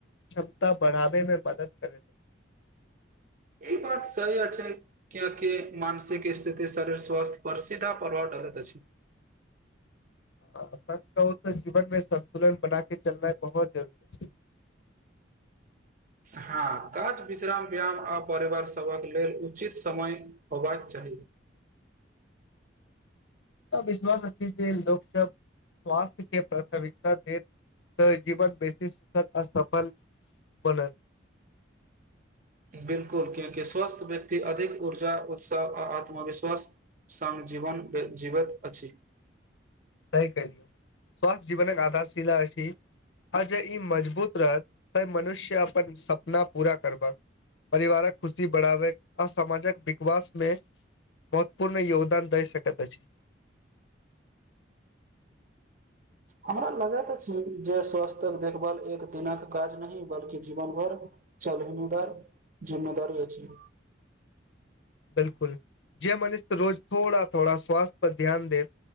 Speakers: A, on the left (about 75°); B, on the right (about 45°).
A: क्षमता बढ़ाबे में मदद करे
B: ई बात सही अछि कियकि मानसिक स्थिति शरीर स्वस्थ्य पर सीधा प्रभाव डालैत अछि
A: ह सच कहु तऽ जीवन मे संन्तुलन बना के चलनाइ बहुत जरुररी छै
B: हँ काज विश्राम व्यायाम आ परिवार सभक लेल उचित समय हेबाक चाहि
A: विश्वास <unintelligible> जे लोक सब स्वास्थ्य के प्राथमिकता देत तऽ जीवन बेसी सुखद आ सफल बनत
B: बिलकुल क्यंकि स्वस्थ व्यक्त अधिक ऊर्जा उत्साह आ आत्मविश्वास सङ जीवन जीवैत अछि
A: सही कहि <unintelligible> स्वासथ्य जीवन आधारशिल अछि आ जे ई मजबूत रहत तऽ मनुष्य अपन सपना पूरा करबह परिवारक खुशी बढ़ावै अ सामाजक विकवास मे महत्वपूर्ण योगदान दै सकैत अछि
B: हमरा लगै त छै जे स्वास्थक देखभाल एक दिनक काज न बल्कि जीवन भर चल ममेदार जिम्ममेदारी अ छै
A: बिलकुल जे मनिष रोज थोड़ा थोड़ा स्वास्थ्य पर ध्यान देैत